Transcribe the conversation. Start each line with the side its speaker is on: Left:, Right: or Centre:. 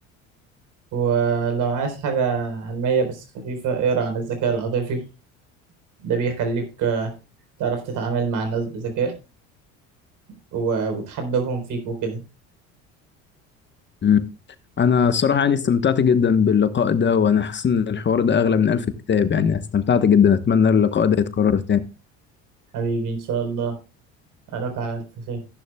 Right: ولو عايز حاجة علمية بس خفيفة اقرا عن الذكاء العاطفي ده بيخليك تعرف تتعامل مع الناس بذكاء و- وتحببهم فيك وكده
Left: مم. انا الصراحة يعني استمتعت جدا باللقاء ده وانا حاسس ان الحوار ده اغلى من ألف كتاب يعني استمتعت جدا اتمنى اللقاء ده يتكرر تاني
Right: حبيبي إن شاء الله أراك على ألف خير